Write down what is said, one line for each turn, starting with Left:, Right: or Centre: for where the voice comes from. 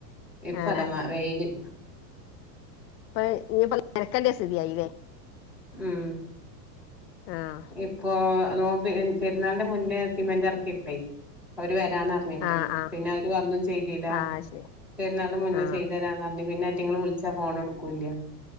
Centre: ഇപ്പതമ്മ
Left: ആഹ്
Centre: വെയില്
Left: ഇപ്പൊ ഇഞ്ഞി ഇപ്പ <unintelligible> സ്ഥിതി ആയില്ലേ
Centre: ഉം.
Left: ആഹ്.
Centre: ഇപ്പോ എ നോമ്പ് പെര്ന്നാൾന്റെ മുന്നേ സിമെന്റ് എർക്കിട്ടെയ് അവര് വെരാന്നർ ഞ്ഞിട്ട്,
Left: ആഹ് ആഹ്
Centre: പിന്നെ അവര് വന്നും ചെയ്തിലാ,
Left: ആഹ് ശരി
Centre: പെര്ന്നാൾൻ്റെ മുന്നേ
Left: ആഹ്
Centre: ചെയ്തെരാന്നർഞ്ഞ് പിന്നെ അറ്റിങ്ങള് വിൾ ച്ചാ ഫോണെട്ക്കൂല്ല്യ.